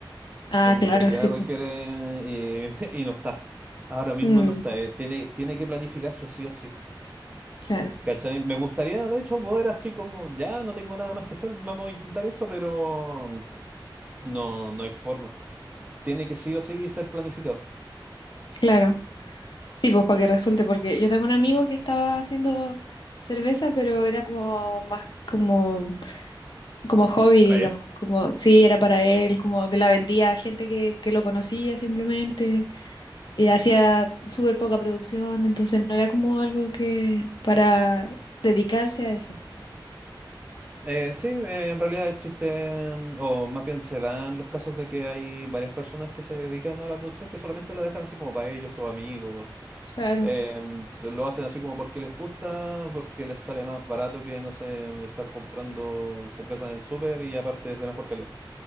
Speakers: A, on the left; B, on the right.
A: Ah,
B: En definitiva
A: claro, sí,
B: requiere
A: pues.
B: y, <laughs> y no está. Ahora mismo
A: Mm,
B: no está. eh, Tiene, tiene que planificarse sí o sí.
A: claro,
B: ¿Cachai? Me gustaría, de hecho, poder así como, ya no tengo nada más que hacer, vamos a intentar eso, pero no, no hay forma. Tiene que sí o sí ser planificado.
A: claro. Sí, pues para que resulte, porque yo tengo un amigo que estaba haciendo cerveza, pero era como más como, como hobby,
B: ¿Para
A: digamos.
B: él?
A: Como, sí, era para él, como que la vendía a gente que, que lo conocía simplemente. Y hacía súper poca producción, entonces no era como algo que para dedicarse a eso.
B: Eh, sí, eh, en realidad existen, o más bien se dan los casos de que hay varias personas que se dedican a la producción que solamente la dejan así como para ellos o amigos.
A: Claro,
B: Em, lo hacen así como porque les gusta, porque les sale más barato que, no sé, estar comprando cerveza en el súper y aparte es de mejor calidad.